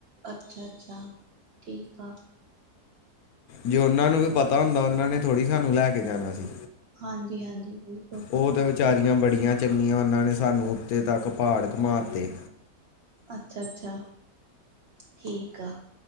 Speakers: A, on the right; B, on the left.
A: ਅੱਛਾ ਅੱਛਾ ਠੀਕ ਆ
B: ਜੇ ਉਹਨਾਂ ਨੂੰ ਵੀ ਪਤਾ ਹੁੰਦਾ ਉਹਨਾਂ ਨੇ ਥੋੜ੍ਹੀ ਸਾਨੂੰ ਲੈ ਕੇ ਜਾਣਾ ਸੀ
A: ਹਾਂਜੀ-ਹਾਂਜੀ ਬਿਲਕੁਲ
B: ਉਹ ਤੇ ਵਿਚਾਰੀਆਂ ਬੜੀਆਂ ਚੰਗੀਆਂ ਉਹਨਾਂ ਨੇ ਸਾਨੂੰ ਉੱਥੇ ਤੱਕ ਪਹਾੜ ਘੁੰਮਾਤੇ
A: ਅੱਛਾ ਅੱਛਾ ਠੀਕ ਆ